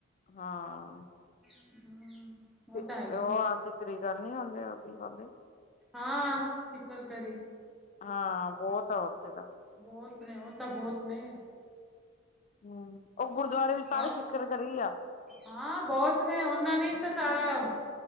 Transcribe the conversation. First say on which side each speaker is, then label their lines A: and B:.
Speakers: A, on the left; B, in the centre.
A: ਹਾਂ,
B: ਹੂੰ
A: ਉਹ
B: ਤਾਂ ਹੈਗੇ ਨੇ
A: ਆਸੀ। ਤੇਰੀ ਗੱਲ ਨੀ, ਆਉਂਦੀ। ਉਹ ਕੀ ਕਰਦੇ?
B: ਹਾਂ, ਠੀਕ ਗਲ, ਕਿਹ ਰੀ।
A: ਹਾਂ, ਬਹੁਤ ਆ। ਉੱਥੇ ਤਾਂ।
B: ਬਹੁਤ ਨੇ, ਉਹ ਤਾਂ, ਬਹੁਤ ਨੇ।
A: ਹੂੰ। ਉਹ ਗੁਰਦੁਆਰੇ ਵੀ, ਸਾਰੇ
B: ਹੋਰ
A: ਸਿਖਰ ਕਰ ਰਹੀ ਆ।
B: ਹਾਂ, ਬਹੁਤ ਨੇ, ਉਹਨਾਂ ਨੇ ਤਾਂ, ਸਾਰਾ